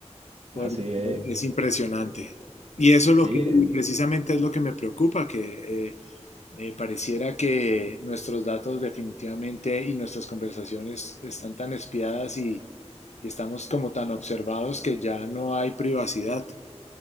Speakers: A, on the left (about 70°); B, on the right (about 65°).
A: Por-
B: No, sí, eh,
A: Es impresionante. Y eso es
B: sí,
A: lo que,
B: eh,
A: y precisamente es lo que me preocupa, que eh, eh, pareciera que nuestros datos definitivamente y nuestras conversaciones están tan espiadas y, y estamos como tan observados que ya no hay privacidad.